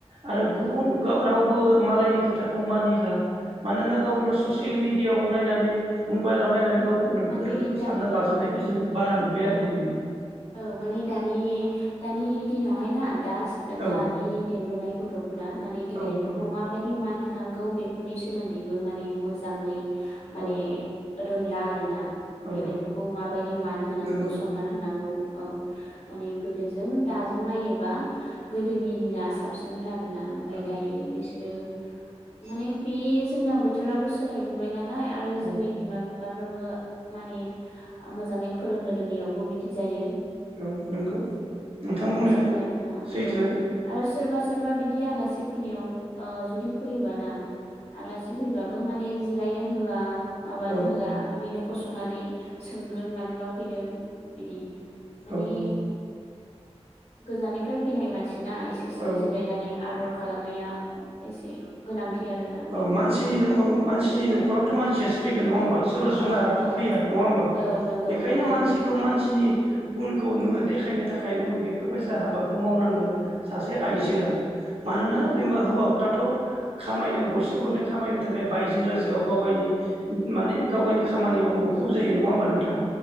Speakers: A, on the right; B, on the left.
A: आरो
B: औ
A: गुबुन गाव रावबो मालायनि खोथाखौ मानिला मानोना गावनो
B: उम
A: ससियेल मिडियाआव नायनानै मबाइलाव नायनानै
B: उम
A: गावखौनो
B: माने
A: गोरों
B: दानि
A: सानना लाजोबनायखौ
B: औ
A: जों बारा नुबाय आरो
B: औ
A: दिनै
B: औ माने दानि दानि दिनावहाय ना दा
A: औ
B: दानि देरबोनाय <unintelligible> माने गेदेरफोरखौ
A: औ
B: माबायदि? नि मान होनांगौ बेफोरनि सोमोन्दै बेबो माने मोजाङै माने
A: औ
B: रोंला आरो ना
A: औ
B: गेदरफोरखौ माबायदि मान होनांगौ
A: नंगौ
B: सनमान होनांगौ औ माने गोदोजों दाजों नायोबा गोदोनि दिना साबसिनमोन आरो आरोना ओमफ्राय
A: औ
B: दायो बिसोरो माने बिस जोंना बोथोराबो सोलायबोबाय नालाय आरो
A: औ
B: जोंनि बिमा बिफा बिफाफ्राबो माने मोजाङै फोरोंनो रोङियावबो बिदि जायो।
A: औ नंगौ नोंथां
B: बेखौ आं
A: बुंनाया
B: सानो आरोना
A: सैथो
B: औ आरो सोरबा सोरबा बिदि आलासि फैनायाव ओ जुदि फैयोबाना आलासि फैबाबो माने जिरायनो होआ माबानो
A: औ
B: होआ ओरैनो गसंनानै सोंगोन मानोबा फैदों बिदि माने
A: औ
B: गोजाननिफ्राय फैनाय मानसि बिदिना एसे एसे
A: औ
B: जिरायनानै आदर खालामनाया एसे गोनांथि आरोना
A: ओ
B: बेखौ
A: मानसिनि
B: आं सानो
A: मानसिनि न'खरावथ' मानसियासो फैगोन नङा
B: औ
A: होमबा सोरबा जुनाराथ'
B: औ औ
A: फैया नङा होमबा
B: औ नंगौ
A: बेखायनो
B: नंगौ
A: मानसिखौ मानसिनि गुनखौ नोङो देखायनो थाखाय नोङो बेफोरबायसा हाबाखौ मावनांगोन। सासे आइजोआ
B: औ
A: मानोना
B: औ
A: जों
B: नंगौ
A: बा हौवाफोराथ' खामायनो गरसे गरनै खामायनो थाखाय बायजो राजाआव गाव गावनि माने गाव गावनि खामानियाव मुखुब जायो नङा होमबा नों थां